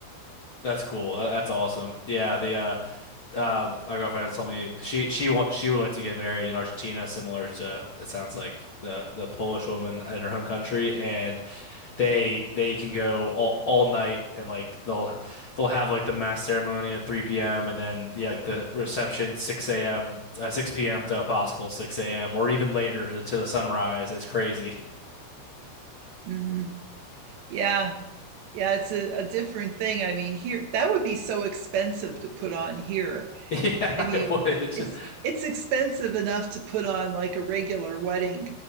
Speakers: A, on the left (about 50°); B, on the right (about 75°).
A: <laughs> That's cool. Tha- That's awesome. Yeah, the uh um my girlfriend was telling me she she wa she would like to get married in Argentina, similar to it sounds like the the Polish woman in her home country, and they they can go all, all night and like they'll they'll have like the mass ceremony at 3 p.m. and then yeah, like the reception 6 a.m. uh, 6 p.m. to a possible 6 a.m. or even later to, to the sunrise. It's crazy. <laughs>
B: hmm Yeah. Yeah, it's a, a different thing. I mean, here, that would be so expensive to put on here
A: Yeah,
B: I mean,
A: it would.
B: it's it's expensive enough to put on like a regular wedding,